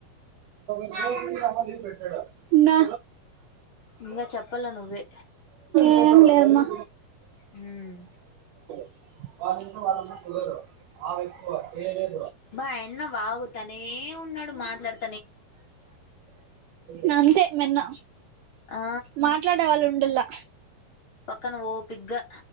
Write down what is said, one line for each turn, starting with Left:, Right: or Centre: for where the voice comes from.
Right: <unintelligible> నా
Left: ఇంగా చెప్పాల నువ్వే
Right: ఏం లేవుమా
Left: హ్మ్
Right: <unintelligible>
Left: బాయన్న బాగు తనే ఉన్నాడు మాట్లాడు
Right: నంతే మన్న
Left: ఆ
Right: మాట్లాడే వాళ్ళు ఉండలా
Left: పక్కన ఓపిగ్గా